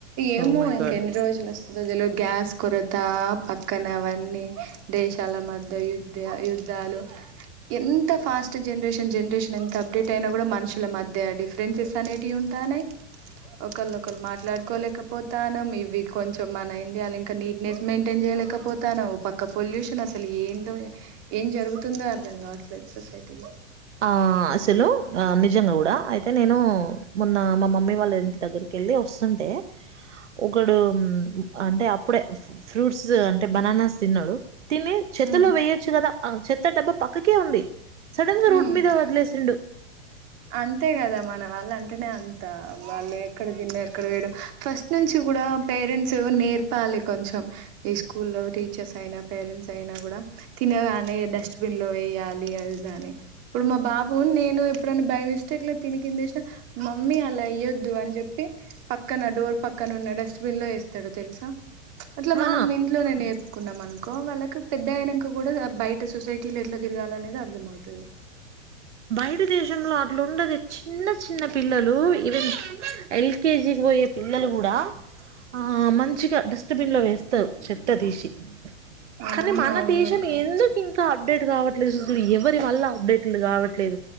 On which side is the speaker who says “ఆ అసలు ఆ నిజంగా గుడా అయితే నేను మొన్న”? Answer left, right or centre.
Right